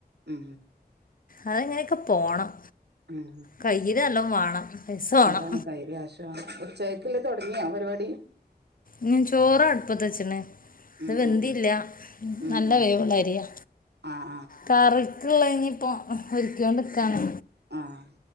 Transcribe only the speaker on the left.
അതെങ്ങനെയൊക്കെ പോണം
കയ്യിൽ നല്ലോണം വേണം പൈസ വേണം
ഞൻ ചോറ് അടുപ്പത്തെ വച്ചനേ അത്
വെന്തില്ല
നല്ല
വേവുള്ളരിയാ
കറിക്കുള്ള ഇനി ഇപ്പൊ ഒരുക്കൊണ്ട്ക്കാണ്